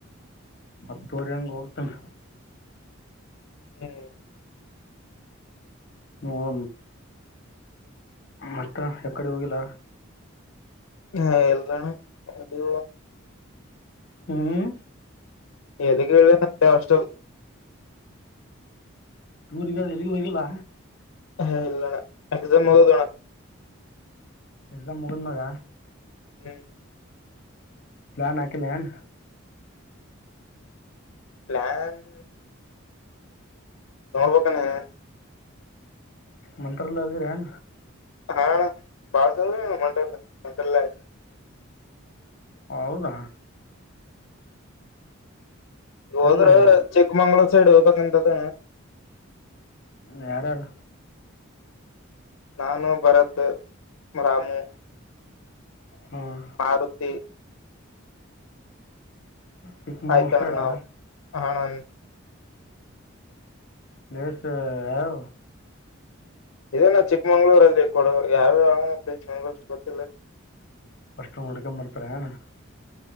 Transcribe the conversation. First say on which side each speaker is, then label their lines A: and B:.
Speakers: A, on the left; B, on the left.
A: ಹತ್ತುುವಯ ಹೋಗತನೆ
B: ಹ್ಮ್
A: ಹ. ಮತ್ತ ಎಕಡೆ ಹೋಗಿಲ್ಲ..
B: ಹ ಎಲ್ಲಾನ ಎ
A: ಹ್ಮ್
B: ದಕ್ಕೆ ಕಷ್ಟ.
A: ಊರ್ ಈಗ ಎಲ್ಲಿಗೂ ಹೋಗಿಲ್ಲ.
B: ಹ ಇಲ್ಲಣ್ಣ ಎಕ್ಸಾಮ ಮಗದಣ..
A: ಎಸಾಮ ಮುಗನ್ ಮಗ..
B: ಹ್ಮ್..
A: ಪ್ಲಾನ್ ಆಕಿಲ್ಲನ್.
B: ಪಲಾನ್. ನೋಡ್ಬೇಕಾನೆ.
A: ಮತ್ರಲ್ಲಗೆ ರಣ.
B: ಹಾ ಬಾಳ್ಸ ಮಂಟಲ್ಲ ಮಂಟಲ್ಲ ಆಯ್ತು.
A: ಹೌದಾ..
B: ಹೋದ್ರ
A: ಹೆಂಗ
B: ಚಿಕ್ಕಮಂಗ್ಳೂರ್ ಸೈಡ್ ಹೋಗ್ಬೇಕಂತದ..
A: ಯಾರ ಯಾರು..
B: ನಾನು ಭರತ್ ರಾಮು..
A: ಹ್ಮ್
B: ಮಾರುತಿ..
A: ಚಕ್ಕ ಮೂರ್
B: ಆಯ್ತಣ್ಣ
A: ಸೇಡಾ..
B: ನಾವ್ ಹಣ..
A: ಲಲೇಶ ಯ.
B: ಇದೇನ ಚಿಕ್ಕಮಂಗ್ಳೂರಲ್ಲಿ ಕೊಡ ಯಾರು ಯಾವ ಬಲ್ಂಗೂ ಅಷ್ಟು ಗೊತ್ತಿಲ್ಲ..
A: ಸ್ಟ್ ನೋಡ್ಕೊ ಬರ್ತಾರೆ..